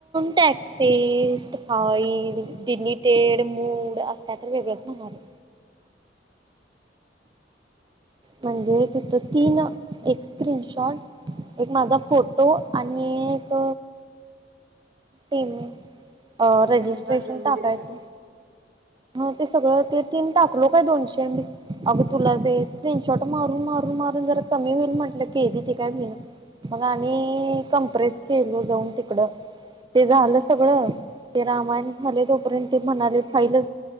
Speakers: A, on the right (about 25°); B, on the right (about 50°).
A: टॅक्सिस् फाईल डिलीटेड मूड अस काय तर वेगळंच सांगा लय, म्हणजे तिथं तीन एक स्क्रीनशॉट- एक माझा फोटो आणि एक <unintelligible> अ रजिस्ट्रेशन
B: फी भरलेली
A: टाकायचं-
B: दिसत
A: हा ते सगळं ते तीन टाकलो, काय दोनशे एम बी अगं तुला ते स्क्रीनशॉट मारून मार मारून जरा कमी होईल म्हटलं, केली ती काय हो मग आणि कमप्रेस केलो जाऊन तिकडं ते झालं सगळ ते रामायण झाले, तोपर्यंत ते म्हणाले फाईलं